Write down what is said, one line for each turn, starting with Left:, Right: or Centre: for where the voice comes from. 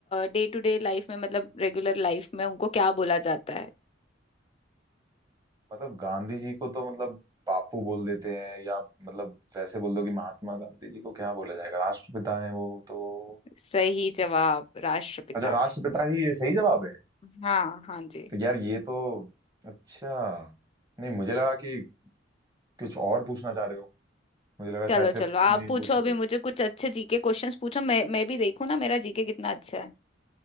Left: डे टू डे लाइफ में मतलब रेगुलर लाइफ में उनको क्या बोला जाता है
Right: मतलब गांधी जी को तो मतलब बापू बोल देते हैं या मतलब वैसे बोल दो कि महात्मा गांधी जी को क्या बोला जाएगा राष्ट्रपिता है वो तो
Left: सही जवाब राष्ट्रपिता
Right: अच्छा राष्ट्रपिता ही ये सही जवाब है
Left: हाँ हाँ जी
Right: तो यार ये तो अच्छा नहीं मुझे लगा कि कुछ और पूछना चाह रहे हो मुझे लगा शायद
Left: चलो
Right: से
Left: चलो
Right: फुल
Left: आप
Right: नेम
Left: पूछो
Right: पूछ
Left: अभी
Right: रहे हो
Left: मुझे कुछ अच्छे जीके क्वेश्चंस पूछो मैं मैं भी देखूँ ना मेरा जीके कितना अच्छा है